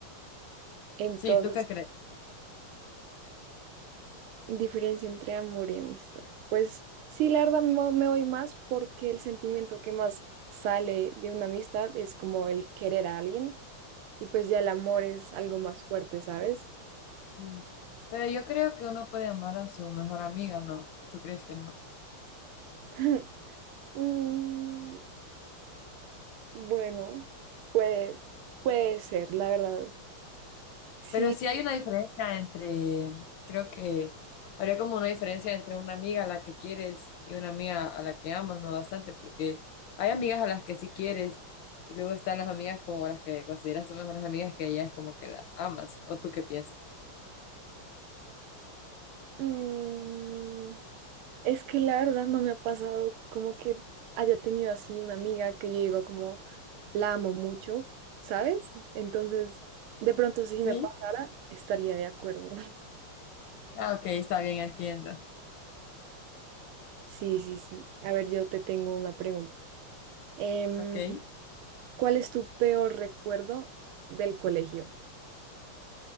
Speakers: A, on the right; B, on the left.
A: entonces.
B: Sí, ¿tú qué crees?
A: Diferencia entre amor y amistad. Pues sí, la verdad me me voy más porque el sentimiento que más sale de una amistad es como el querer a alguien y pues ya el amor es algo más fuerte, ¿sabes?
B: Mm. Pero yo creo que uno puede amar a su mejor amiga, ¿no? ¿Tú crees que no?
A: <laughs> Mm, bueno, puede, puede ser, la verdad. Sí,
B: Pero sí hay una diferencia entre, creo que habría como una diferencia entre una amiga a la que quieres y una amiga a la que amas, ¿no? Bastante, porque hay amigas a las que sí quieres y luego están las amigas como las que consideras tus mejores amigas que ya es como que las amas, ¿o tú qué piensas?
A: mm, es que la verdad no me ha pasado como que haya tenido así una amiga que yo digo como... la amo mucho, ¿sabes? Entonces, de pronto si
B: Sí.
A: me pasara, estaría de acuerdo. <laughs>
B: Ah, ok, está bien, entiendo.
A: Sí, sí, sí. A ver, yo te tengo una pregunta. Em,
B: Ok.
A: ¿cuál es tu peor recuerdo del colegio?